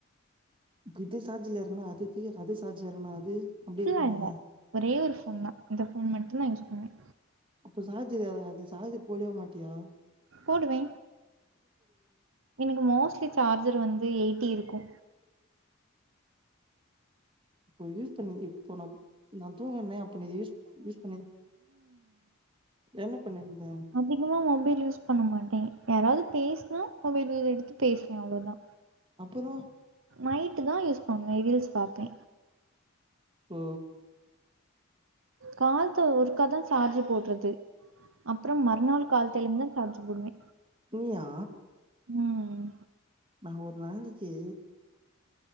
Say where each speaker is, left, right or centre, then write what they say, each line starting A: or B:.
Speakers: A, on the right; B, on the right.
A: இது சார்ஜில எறுங்குனா அதுக்கு அது சார்ஜி எறுக்குனா அது அப்டி
B: பில்லா
A: இருக்கலால்ல
B: இல்ல ஒரே ஒரு ஃபோன் தா இந்த ஃபோன் மட்டு தா யூஸ் பண்ணுவே
A: அப்போ சார்ஜ்ர் எறங்காது சாஜர் போடுவ்யா மாட்யா
B: போடுவெ எனக்கு மோஸ்ட்லி சார்ஜர் வந்து எய்ட்டி இருக்கு
A: போ யூஸ் பண்ணி இப்போ நாப் நா தூங்கர்ன்னே அப்போ நீ இது யூஸ் யூஸ் பண்ணி என்ன பண்ணிருந்த
B: அதிக்மா மொபைல் யூஸ் பண்ண மாட்டே யாராவ்து பேஸ்னா மொபைல்யூர் எடுத்து பேஸ்வே அவ்ளோதா
A: அப்பரோ
B: நைட்டு தா யூஸ் பண்ணுவே ரீல்ஸ் பாப்பே
A: ஓ
B: கால்த்தோ ஒருக்காதா சார்ஜி போட்றது அப்ரொ மறுநாள் கால்த்தெலுங் தா சார்ஜ் போடுவே
A: நீயா
B: ம்
A: நா ஒரு நாளிக்கி